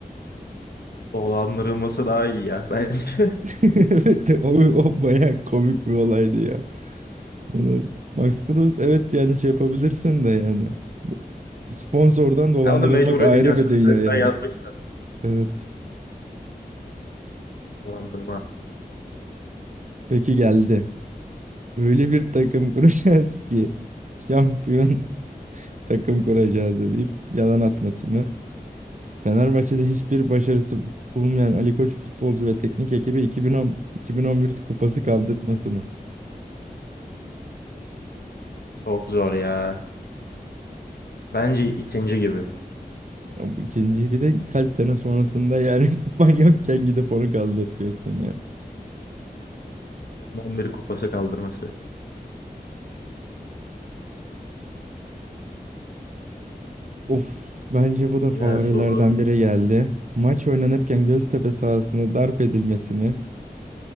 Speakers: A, on the left (about 85°); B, on the right (about 50°).
A: <laughs> Dolandırılması daha iyi ya bence. <laughs>
B: Evet, o, o bayağı komik bir olaydı ya. Bunu Max Cruz evet yani şey yapabilirsin de yani. Bu sponsordan dolandırılmak
A: Ya ona mecbur
B: ayrı
A: ödeyeceksin.
B: bir dünya
A: Sözleşmen
B: yani.
A: yazmışsın.
B: Evet.
A: Dolandırma.
B: Peki geldi. Öyle bir takım kuracağız ki şampiyon takım kuracağız deyip yalan atması mı? Fenerbahçe'de hiçbir başarısı bulunmayan Ali Koç futbolcu ve teknik ekibi 2010 2011 kupası kaldırtması mı?
A: Çok zor ya. Bence ikinci gibi.
B: Ya Bu ikinciyi bir de kaç sene sonrasında yani <laughs> kupan yokken gidip onu kaldırtıyorsun ya.
A: Onun 11 kupası kaldırması.
B: Of bence bu da favorilerden
A: Diğer soru
B: biri geldi. Maç oynanırken Göztepe sahasında darp edilmesi mi?